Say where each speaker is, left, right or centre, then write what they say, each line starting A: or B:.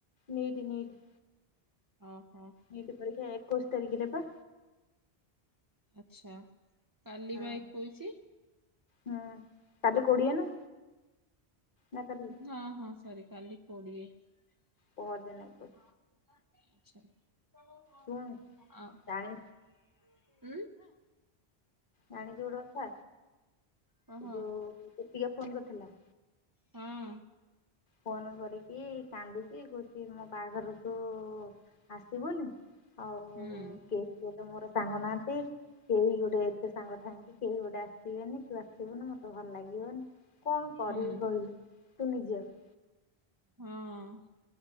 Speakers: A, on the left; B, on the right.
A: ନୀଇଟ୍ ନୀଇଟ୍।
B: ଅହ।
A: ନୀଇଟି ପରୀକ୍ଷା ଏକୋଇଶି ତାରିଖ ରେ ବା।
B: ଆଚ୍ଛା। କାଲି
A: ହୁଁ
B: ବା ଏକୋଇସି।
A: ହୁଁ। କାଲି କୋଡ଼ିଏ ନା। ନା କାଲି
B: ହଁ ହଁ ସରି କାଲି। କୋଡ଼ିଏ।
A: ପହରଦିନ
B: <unintelligible>
A: ଏକୋଇଶ ଶୁଣୁ ଜାଣି ଜାଣିଚୁ ଗୋଟେ କଥା
B: କହ
A: ଯୋଉ ଦୀପିକା ଫୋନ୍ କରିଥିଲା।
B: ହଁ।
A: ଫୋନ କରିକି କାନ୍ଦୁଚି କହୁଛି ମୋ ବାହାଘର କୁ ଉ ଆସିବୁନି ହଉ।
B: ହୁଁ।
A: କେହି ତ ମୋର ସାଙ୍ଗ ନାହାନ୍ତି କେହି ଗୋଟେ ଏତେ ସାଙ୍ଗ ଥାଇକ କି କେହି ଗୋଟେ ଆସିବେନି ତୁ ଆସିବୁନ ମତେ ଭଲ ଲାଗିବନି। କଣ କରିବି
B: ହୁଁ
A: କହିଲୁ ତୁ ନିଜେ କ
B: ହଁ ଅଁ।